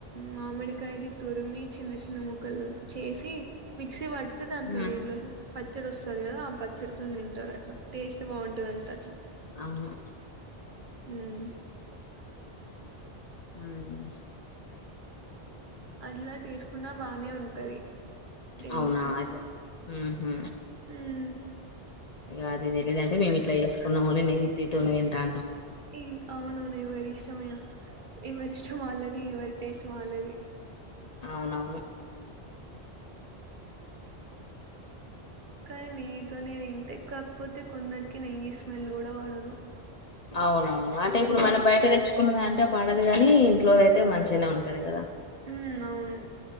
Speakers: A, on the right; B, on the left.
A: మామిడికాయది తురుమి చిన్న చిన్న ము క్కలు చేసి మిక్సీ పడితే దాంట్లో
B: ఉమ్,
A: నీళ్ళ ఓ పచ్చడి ఒస్తది కదా ఆ పచ్చడితోని తింట అట్లా టేస్ట్ బాగుంటదంట అట్లా
B: అవునా
A: హుమ్
B: ఉమ్
A: అట్లా చేసుకున్నా బానే ఉంటది టేస్ట్
B: అవునా అయితే ఊహు
A: హ్మ్.
B: ఇగ అది తెలిద మేము ఇట్లా చేసుకున్నాము అని నేయ్యిటి తోనే తింటా
A: ఏ అవును నెవరి ఇష్టమెగా ఎవరి ఇష్టం వాల్లది ఎవరి టేస్ట్ వాల్లది
B: అవునవును
A: కానీ నెయ్యితోనే తింటే కాకపోతే కొందరికి నెయ్యి స్మెల్ కూడా పడదు
B: అవునవును అంటే ఇప్పుడు మనం బయట తెచ్చుకున్నదంటే పడదు కాని ఇంట్లోదయితే మంచిగానే ఉంటది కదా
A: ఉ అవును